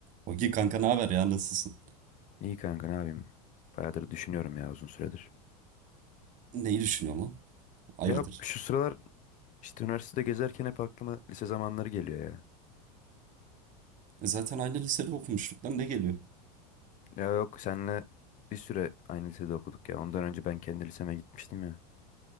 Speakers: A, on the right; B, on the left.
A: Ogi kanka ne haber ya nasılsın?
B: İyi kanka ne yapayım? Bayağıdır düşünüyorum ya uzun süredir.
A: Neyi düşünüyorsun lan? Hayırdır?
B: Ya şu sıralar işte üniversitede gezerken hep aklıma lise zamanları geliyor ya.
A: E zaten aynı lisede okumuştuk lan ne geliyor?
B: Ya yok senle bir süre aynı lisede okuduk ya. Ondan önce ben kendi liseme gitmiştim ya.